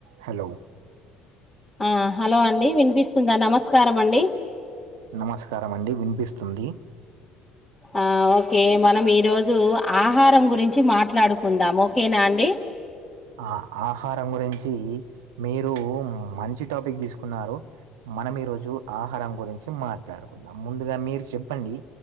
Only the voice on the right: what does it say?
hello
నమస్కారం అండి. వినిపిస్తుంది.
ఆ ఆహారం గురించి మీరు మంచి టాపిక్ తీసుకున్నారు. మనం ఈరోజు ఆహారం గురించి మాట్లాడుదాం. ముందుగా మీరు చెప్పండి